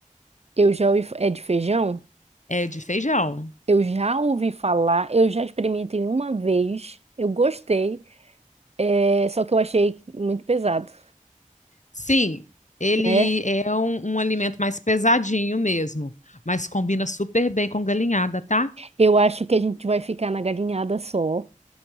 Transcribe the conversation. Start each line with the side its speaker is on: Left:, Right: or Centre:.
Right: Eu já ouvi, é de feijão?
Left: É de feijão.
Right: Eu já ouvi falar, eu já experimentei uma vez, eu gostei, é, só que eu achei muito pesado,
Left: Sim, ele
Right: né?
Left: é um, um alimento mais pesadinho mesmo, mas combina super bem com galinhada, tá?
Right: Eu acho que a gente vai ficar na galinhada só,